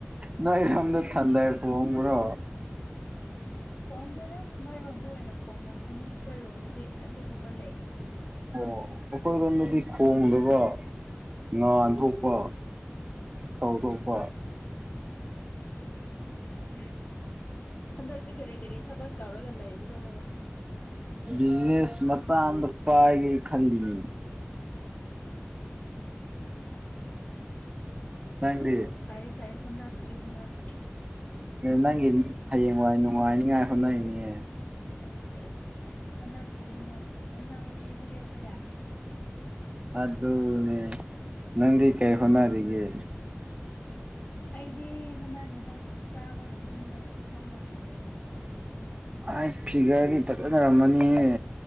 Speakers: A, on the right (about 25°); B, on the left (about 35°).
A: ꯅꯔꯝꯗ ꯊꯥꯥꯟꯗꯥꯏꯈ ꯑꯨꯝ꯭ꯔꯣ
B: <unintelligible> ꯈꯣꯡꯗꯦꯗ ꯅꯣꯏꯔꯣꯝꯗ ꯑꯣꯏꯅ ꯈꯣꯡꯡꯂꯝꯒꯅꯤ ꯑꯩꯈꯣꯏꯔꯣꯝꯗꯗꯤ ꯑꯗꯨꯒꯨꯝꯕ ꯂꯩꯇꯦ
A: ꯑꯣ ꯑꯩꯈꯣꯏ ꯂꯣꯟꯝꯗꯗꯤ ꯈꯣꯡꯗꯕ ꯉꯟꯊꯣꯛꯄ
B: ꯎꯝ
A: ꯇꯧꯊꯣꯛꯄ
B: <unintelligible> ꯍꯟꯗꯛꯇꯤ ꯀꯔꯤ ꯀꯔꯤ ꯊꯕꯛ ꯇꯧꯔꯒ ꯂꯩꯕ꯭ꯔꯣ
A: ꯕꯤꯖꯤꯅꯦꯁ ꯃꯇꯥꯡꯗ ꯄꯥꯏꯒꯦ ꯈꯜꯂꯤꯅꯤ ꯅꯪꯗꯤ
B: ꯐꯥꯏ ꯐꯥꯏ ꯍꯨꯅꯥꯕꯤ ꯍꯨꯅꯥꯕꯤ
A: ꯅꯪꯒꯤ ꯍꯌꯦꯡꯋꯥꯏ ꯅꯨꯡꯉꯥꯏꯅꯤꯉꯥꯏ ꯍꯣꯠꯅꯔꯤꯅꯦ
B: ꯌꯦꯁ ꯐꯅꯥꯕꯤꯌ ꯐꯅꯥꯕꯤꯌꯣ ꯐꯅꯕꯗꯤ ꯂꯦꯞꯄ ꯌꯥꯔ
A: ꯑꯗꯨꯅꯦ ꯅꯪ ꯀꯥꯏ ꯍꯣꯅꯔꯤꯒ
B: ꯑꯩꯗꯤ ꯍꯣꯠꯅꯗꯦꯗ ꯆꯥꯕꯒ ꯇꯨꯝꯕꯒ ꯏꯊꯧꯗꯥꯡ ꯑꯣꯏꯔꯦꯗꯅ
A: ꯑꯩ ꯐꯤꯒꯔꯗꯤ ꯐꯖꯅꯔꯝꯃꯅꯤꯍꯦ